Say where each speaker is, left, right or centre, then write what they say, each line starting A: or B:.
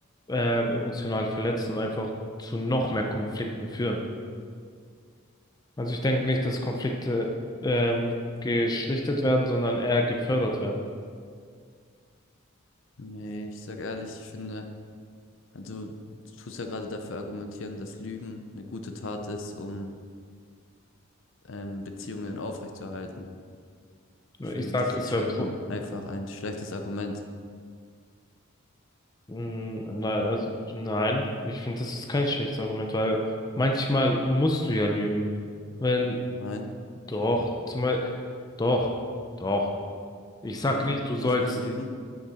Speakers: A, on the left; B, on the left.
A: ähm, emotional verletzen und einfach zu noch mehr Konflikten führen. Also ich denke nicht, dass Konflikte ähm, geschlichtet werden, sondern eher gefördert werden.
B: Nee, ich sag ehrlich, ich finde, also du tust ja gerade dafür argumentieren, dass Lügen eine gute Tat ist, um ähm, Beziehungen aufrechtzuerhalten. Ich finde,
A: Ich sag,
B: das
A: es
B: ist schon
A: wäre pro
B: einfach ein schlechtes Argument.
A: Mm, Nein, also, nein, ich finde, das ist kein schlechtes Argument, weil manchmal musst du ja lügen. Wenn,
B: Nein,
A: doch, zumal, doch, doch. Ich sag
B: wann
A: nicht, du
B: muss
A: sollst,
B: man lügen?